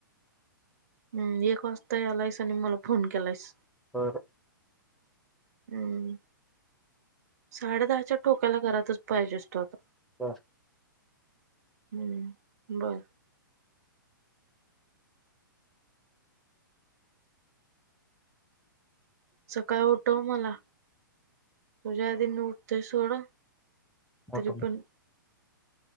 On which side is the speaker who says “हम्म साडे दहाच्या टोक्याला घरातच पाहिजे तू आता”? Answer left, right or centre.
Right